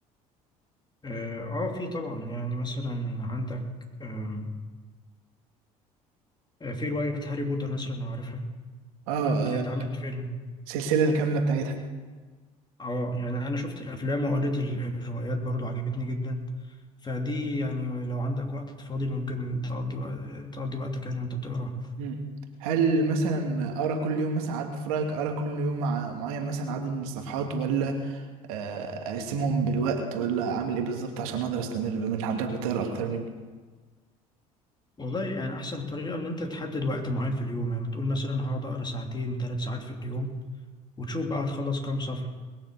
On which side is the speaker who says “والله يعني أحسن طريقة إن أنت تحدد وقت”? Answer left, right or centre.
Left